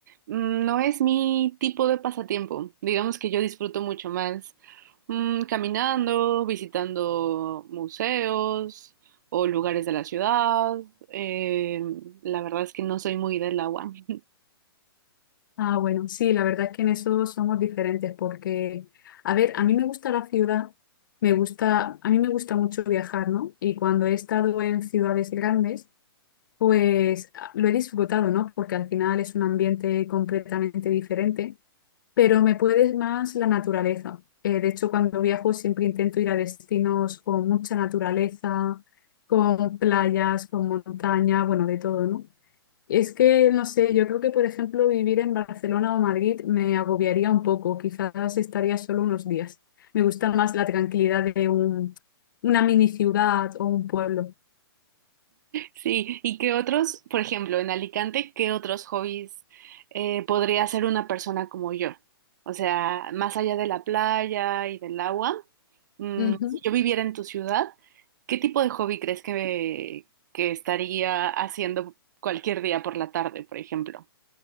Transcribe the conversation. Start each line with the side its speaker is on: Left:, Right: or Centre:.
Right: mm, No es mi tipo de pasatiempo. Digamos que yo disfruto mucho más mm, caminando, visitando museos o lugares de la ciudad. Eh, la verdad es que no soy muy del agua. <laughs>
Left: Ah, bueno, sí, la verdad es que en eso somos diferentes porque, a ver, a mí me gusta la ciudad, me gusta, a mí me gusta mucho viajar, ¿no? Y cuando he estado en ciudades grandes, Pues a- lo he disfrutado, ¿no? Porque al final es un ambiente completamente diferente, pero me puede más la naturaleza. Eh, de hecho, cuando viajo siempre intento ir a destinos con mucha naturaleza, con playas, con montaña, bueno, de todo, ¿no? Es que, no sé, yo creo que, por ejemplo, vivir en Barcelona o Madrid me agobiaría un poco, quizás estaría solo unos días. Me gusta más la tranquilidad de un, una mini ciudad o un pueblo.
Right: Sí, ¿y qué otros, por ejemplo, en Alicante, qué otros hobbies eh, podría hacer una persona como yo? O sea, más allá de la playa y del agua, mm,
Left: Ujú.
Right: si yo viviera en tu ciudad, ¿qué tipo de hobby crees que, que estaría haciendo cualquier día por la tarde, por ejemplo?